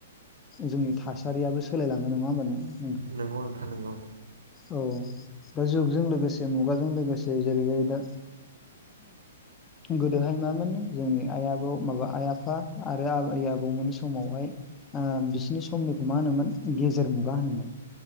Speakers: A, on the left; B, on the right.
A: जोंनि थासारियाबो सोलायलाङो नङा होमबा नोंथां?
B: नंगौ नोंथां नोंगौ।
A: औ। दा जुगजों लोगोसे मुगाजों लोगोसे जेरैहाय दा गोदोहाय मामोन जोंनि आइ आबौ माबा आइ-आफा आरो आ आइ आबौमोननि समावहाय बिसोरनि समनिखौ मा होनोमोन गेजेर मुगा होनोमोन।